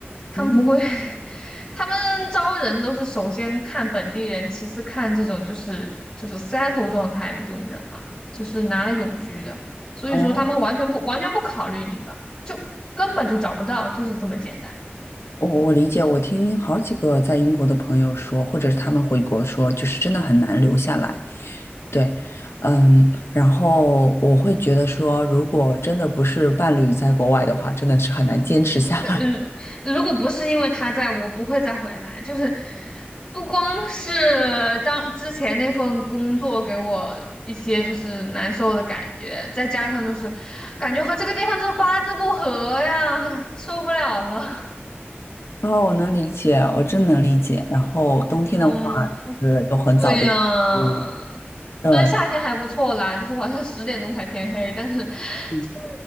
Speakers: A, on the left (about 20°); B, on the left (about 85°).
A: 他们不会，
B: 嗯，
A: <laughs> 他们招人都是首先看本地人，其次看这种就是就是 settle 状态的这种人嘛，就是拿了永居的，所以说他们完全不完全不考虑你了，
B: 啊，
A: 就根本就找不到，就是这么简单。
B: 我我理解，我听好几个在英国的朋友说，或者是他们回国说，就是真的很难留下来。对，嗯，然后我会觉得说，如果真的不是伴侣在国外的话，真的是很难坚持下来。
A: 嗯，如果不是因为他在，我不会再回来。就是不光是当之前那份工作给我一些就是难受的感觉，再加上就是感觉和这个地方就是八字不合呀，哎呀，受不了了。
B: <laughs> 哦，我能理解，我真能理解。然后冬天的话，
A: 嗯，
B: 是又很早就，
A: 对呀，
B: 嗯，对。
A: 虽然夏天还不错啦，就是晚上十点钟才天黑，但是 <laughs> 就是
B: 嗯